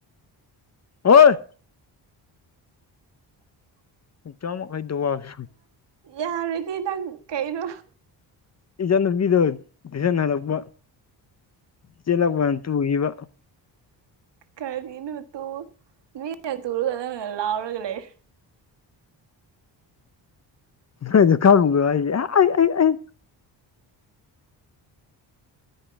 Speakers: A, on the left; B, on the right.
A: ꯍꯣꯏ <unintelligible>
B: ꯌꯥꯔꯦꯗꯤ ꯅꯪ ꯀꯩꯅꯣ
A: ꯏꯆꯟꯅꯨꯄꯤꯗꯣ ꯇꯨꯏꯁꯟ ꯍꯜꯂꯛꯄ ꯆꯦꯜꯂꯛꯄꯗ ꯇꯨꯒꯤꯕ
B: ꯀꯔꯤꯅꯣ ꯇꯨ ꯃꯤꯅ ꯇꯨꯔꯒ ꯅꯪꯅ ꯂꯥꯎꯔꯒ ꯂꯩꯔꯦ
A: ꯈꯥꯔꯨꯖꯨ ꯈꯪꯕ꯭ꯔꯣ ꯍꯥꯏꯖꯦ ꯑꯩ ꯑꯩ ꯑꯩ